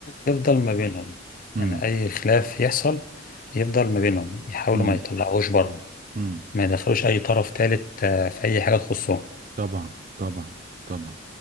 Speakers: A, on the left; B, on the right.
A: يفضل ما بينهم
B: مم.
A: يعني أي خلاف يحصل يفضل ما بينهم يحاولوا
B: مم.
A: ما يطلعوش بره
B: مم.
A: ما يدخلوش أي طرف تالت آه، في أي حاجة تخصهم
B: طبعا طبعا طبعا